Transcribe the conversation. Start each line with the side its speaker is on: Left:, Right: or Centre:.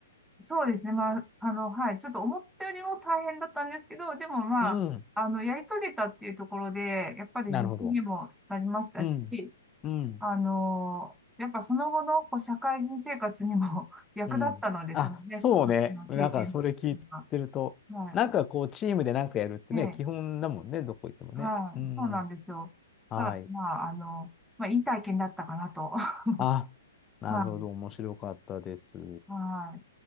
Centre: そうですね。まあ、あの、はい。ちょっと思ったよりも大変だったんですけど、でもまあ、
Left: うん、
Centre: あの、やり遂げたっていうところで、やっぱり自信にもなりましたし、
Left: なるほど。うん、うん。
Centre: あの、やっぱその後のこう社会人生活にも <laughs> 役立ったので、
Left: うん。あ、
Centre: そのね、
Left: そうね。
Centre: スポーツの経験
Left: なんか、それ聞いてると、
Centre: が。は
Left: なんかこう、チームでなんかやるってね、
Centre: い。ええ、
Left: 基本だもんね、どこ行ってもね。
Centre: はい。
Left: うん。
Centre: そうなんですよ。
Left: はい。
Centre: だから、まあ、あの、まあ、いい体験だったかなと。<laughs> は
Left: あ、なるほど。
Centre: い。
Left: 面白かったです。
Centre: はい。